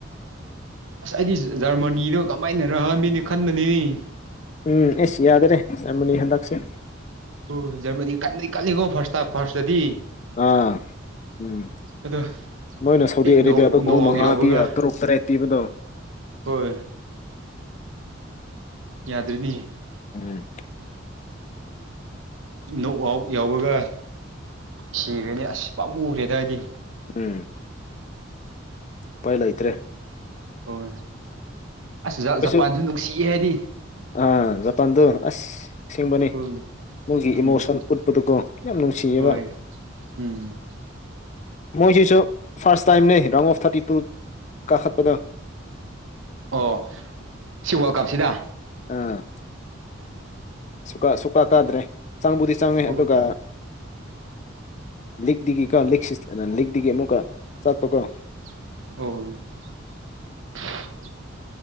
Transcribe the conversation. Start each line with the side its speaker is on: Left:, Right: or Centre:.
Right: ꯑꯁ ꯍꯥꯏꯗꯤ ꯖꯔꯃꯅꯤꯅꯣ ꯀꯃꯥꯏꯅꯔꯃꯤꯅꯤ ꯈꯟꯕꯅꯤꯅꯤ
Left: ꯎꯝ ꯑꯦꯁ ꯌꯥꯗ꯭ꯔꯦ ꯌꯥꯝꯃꯅꯤ ꯍꯟꯗꯛꯁꯤꯦ
Right: ꯑꯣꯖꯃꯗꯤ ꯀ ꯀꯜꯂꯤꯀꯣ ꯐꯥꯁꯇ ꯐꯥꯔꯁꯇꯗꯤ
Left: ꯑꯥ ꯎꯝ
Right: ꯑꯗꯣ
Left: ꯅꯣꯏꯅ ꯁꯥꯎꯗꯤ
Right: ꯍꯦꯛ ꯅꯣꯛ
Left: ꯑꯔꯦꯕꯤꯌꯥꯗ
Right: ꯅꯣꯛ
Left: ꯒꯍ
Right: ꯑꯥꯎꯠ
Left: ꯃꯉꯥ
Right: ꯌꯥꯎꯕꯒ
Left: ꯄꯤ ꯇꯔꯨꯛ ꯇꯔꯦꯠ ꯄꯤꯕꯗꯣ
Right: ꯍꯣꯏ ꯌꯥꯗ꯭ꯔꯤꯅꯤ
Left: ꯎꯝ
Right: ꯣꯛ ꯑꯥꯎ ꯌꯥꯎꯕꯒ ꯁꯤꯈ꯭ꯔꯦꯅꯤ ꯑꯁ ꯄꯥ ꯎꯈ꯭ꯔꯦꯗꯏꯗꯤ
Left: ꯍ ꯄꯥꯏ ꯂꯩ ꯏꯇ꯭ꯔꯦ
Right: ꯍꯣꯏ ꯑꯁ
Left: ꯑꯩꯈꯣꯏꯁꯨ
Right: ꯖꯄꯥꯟꯁꯨ ꯅꯨꯡꯁꯤꯌꯦ ꯍꯥꯏꯗꯤ
Left: ꯑꯥ ꯖꯄꯥꯟꯗꯨ ꯑꯁ ꯁꯤꯡꯕꯅꯤ
Right: ꯍꯣꯏ
Left: ꯅꯪꯒꯤ
Right: ꯎꯝ
Left: ꯏꯃꯣꯁꯟ ꯎꯠꯄꯗꯨꯀꯣ ꯌꯥꯝ ꯅꯨꯡꯁꯤꯌꯦꯕ
Right: ꯍꯣꯏ ꯎꯝ
Left: ꯃꯣꯏ ꯁꯤꯁꯨ ꯐꯥꯔꯁ ꯇꯥꯏꯝꯅꯦ ꯔꯪ ꯑꯣꯐ ꯊꯥꯔꯇꯤ ꯇꯨ ꯀꯥꯈꯛꯄꯗ
Right: ꯑꯣ ꯁꯤ ꯋꯥꯔꯜ ꯀꯥꯞꯁꯤꯗ
Left: ꯑꯥ ꯁꯨꯀꯥ ꯁꯨꯀꯥ ꯀꯥꯗ꯭ꯔꯦ ꯆꯥꯡꯕꯨꯗꯤ ꯆꯪꯉꯦ
Right: ꯑꯣ
Left: ꯑꯗꯨꯒ ꯂꯤꯛꯇꯒꯤꯀꯣ ꯂꯤꯛ ꯂꯤꯛꯇꯒꯤ ꯑꯃꯨꯛꯀ ꯆꯠꯄꯀꯣ
Right: ꯑꯣ